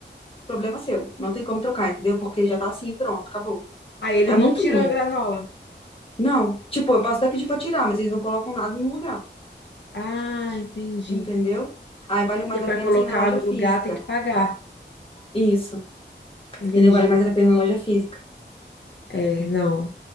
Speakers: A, on the left; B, on the left.
A: Problema seu. Não tem como trocar, entendeu? Porque já tá assim, pronto, acabou.
B: Aí eles
A: É muito
B: não tiram
A: ruim.
B: a granola.
A: Não. Tipo, eu posso até pedir pra tirar, mas eles não colocam nada no lugar.
B: Ah, entendi.
A: entendeu? Aí vale
B: Porque
A: mais a
B: para
A: pena
B: colocar
A: você ir na loja
B: no
A: física.
B: lugar tem que pagar.
A: Isso,
B: Entendi.
A: entendeu? Vale mais a pena na loja física.
B: É, não,